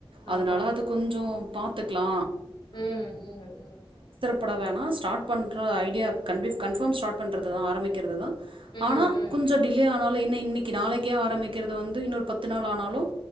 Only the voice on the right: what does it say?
அதனால
அது கொஞ்சோ பாத்துக்லா
பட வேணா ஸ்டாட் பண்ற ஐடியா கன் கன்பஃபாம் ஸ்டார்ட் பண்றது தா ஆரம்பிக்கிறது தா
ஆனா
கொஞ்சோ டிலே ஆ னால என்ன இன்னிக்கு நாளக்கே ஆரம்பிக்கிறது வந்து இன்னொரு பத்து நாள் ஆனாலும்